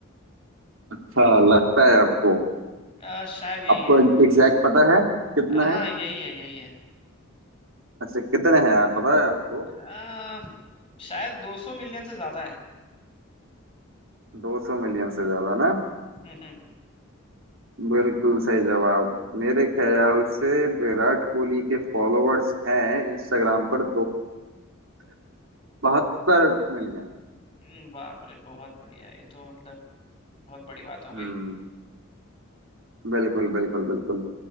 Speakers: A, on the right; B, on the left.
A: अच्छा लगता है आपको
B: अ, शायद यही
A: आपको
B: है
A: एग्जैक्ट पता है कितना
B: अ, हाँ
A: है
B: यही है यही है
A: अच्छा कितने हैं यार पता है आपको
B: अ, शायद 200 मिलियन से ज्यादा है
A: 200 मिलियन से ज्यादा ना
B: हम्म हम्म
A: बिल्कुल सही जवाब मेरे ख्याल से विराट कोहली के फॉलोअर्स हैं इंस्टाग्राम पर 272 मिलियन
B: हम्म, बाप रे बहुत बढ़िया ये तो मतलब बहुत बड़ी बात हो गई
A: हम्म बिल्कुल बिल्कुल बिल्कुल